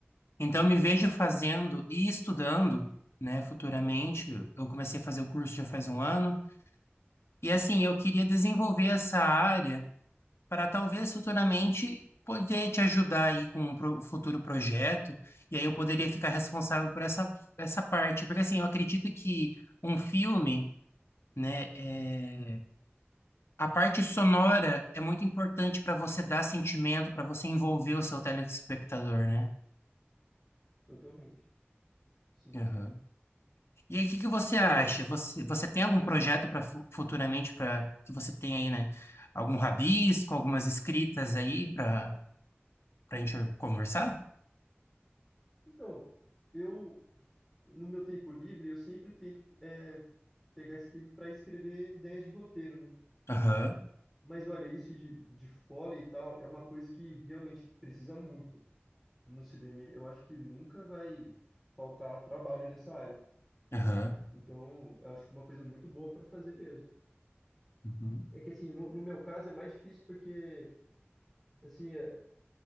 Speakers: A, on the left (about 75°); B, in the centre.
A: Então, eu me vejo fazendo e estudando, né, futuramente. Eu comecei a fazer o curso já faz um ano. E assim, eu queria desenvolver essa área para talvez futuramente poder te ajudar aí com um pro- futuro projeto, e aí eu poderia ficar responsável por essa, essa parte, porque assim, eu acredito que um filme, né, é, a parte sonora é muito importante para você dar sentimento, para você envolver o seu telespectador, né?
B: totalmente. Sim.
A: Aham. E aí, o que que você acha?
B: Pô,
A: Você, você tem algum projeto para futuramente para que você tenha aí, né? Algum rabisco, algumas escritas aí para para a gente conversar?
B: então. Eu no meu tempo livre, eu sempre tento é, pegar esse tempo para escrever ideias de roteiro, né?
A: Aham,
B: Mas olha, isso de, de foley e tal é uma coisa que realmente precisa muito no cinema. Eu acho que nunca vai faltar trabalho nessa área.
A: aham.
B: Então, eu acho que é uma coisa muito boa para fazer mesmo.
A: Uhum,
B: É que assim, no, no meu caso é mais difícil porque, assim, é,